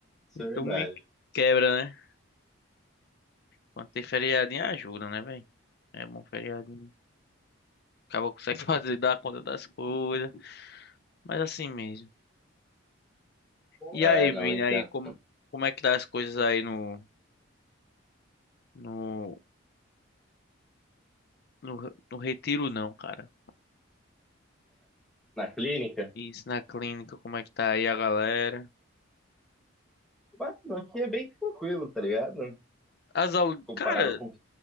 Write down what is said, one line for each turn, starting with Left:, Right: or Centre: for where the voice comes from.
Centre: isso
Left: Então
Centre: é verdade.
Left: me quebra, né? Quando tem feriadinho, ajuda, né, velho? É bom feriadinho. Acaba consegue <laughs> fazer, dar conta das coisas. Mas assim mesmo. E
Centre: É,
Left: aí,
Centre: não,
Left: Vini,
Centre: entendo.
Left: aí, como, como é que tá as coisas aí no. No. No, no retiro, não, cara?
Centre: na clínica.
Left: Isso na clínica, como é que tá aí a galera?
Centre: Mano, aqui é bem tranquilo, tá ligado?
Left: As aulas.
Centre: Comparado
Left: Cara,
Centre: com.